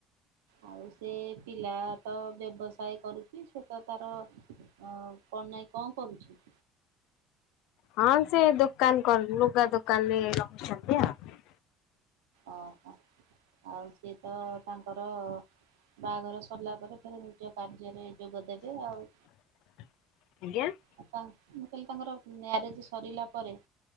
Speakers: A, on the right; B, on the left.
A: ଆଉ ସେ ପିଲା ତ ବ୍ୟବସାୟ କରୁଚି ସେ ତ ତାର ଅ କଣ ନାଇଁ କଣ କରୁଚି
B: ହଁ ସେ ଦୋକାନ ଲୁଗା ଦୋକାନରେ ରହୁଛନ୍ତି ଆଉ
A: ଓହୋ ଆଉ ସିଏ ତ ତାଙ୍କର ବାହାଘର ସରିଲା ପରେ ପୁଣି ନିଜ କାର୍ଯ୍ୟରେ ଯୋଗ ଦେବେ ଆଉ।
B: ଆଜ୍ଞା
A: ଆ ତା ମୁଁ କହିଲି ତାଙ୍କର ମ୍ୟାରେଜ ସରିଲା ପରେ